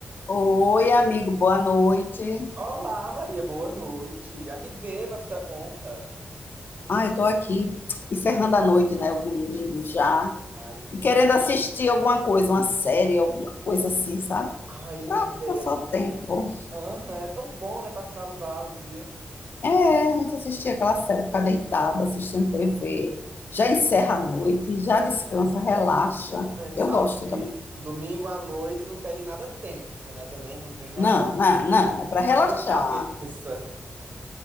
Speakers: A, on the left; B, on the right.
A: Oi, amigo, boa noite.
B: Olá, Maria, boa noite. A que devo esta honra?
A: Ah, eu tô aqui encerrando a noite, né? O domingo já.
B: Ai, sim.
A: E querendo assistir alguma coisa, uma série, alguma coisa assim, sabe?
B: Ai,
A: Pra
B: é,
A: passar o tempo.
B: aham, é tão bom, né, pra finalizar o dia.
A: É, a gente assistir aquela série, ficar deitada, assistindo TV. Já encerra a noite, já descansa,
B: É.
A: relaxa.
B: Ah, e Tu
A: Eu
B: sabe
A: gosto
B: que
A: também.
B: domingo à noite não pede nada tenso, né? Também não tem nada,
A: Não, não, não, é pra relaxar.
B: nada muito cabeça.